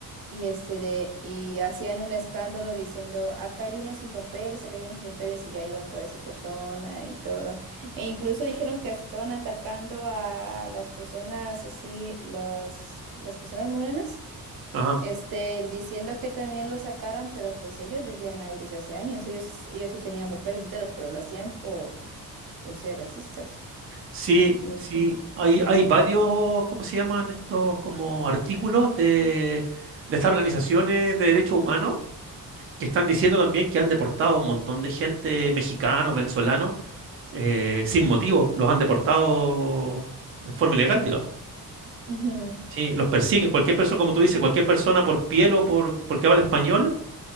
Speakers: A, on the right (about 70°); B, on the right (about 35°).
A: y, este de, y hacían un escándalo diciendo, acá hay unos sin papeles, acá hay unos sin papeles y ya iban por esa persona y todo. E incluso dijeron que hasta estaban atacando a las personas así, las, las personas morenas.
B: ajá.
A: Este, diciendo que también lo sacaran, pero pues ellos vivían ahí desde hace años, ellos, sí, ellos sí tenían papeles y todo, pero lo hacían por, por ser racistas.
B: Sí,
A: Y este,
B: sí, hay, hay varios,
A: sí.
B: ¿cómo se llaman estos como artículos de, de estas organizaciones de derechos humanos que están diciendo también que han deportado a un montón de gente, mexicanos, venezolanos, eh, sin motivo, los han deportado en forma ilegal, digamos.
A: Ujú.
B: Sí, los persiguen, cualquier persona, como tú dices, cualquier persona por piel o por, porque habla español,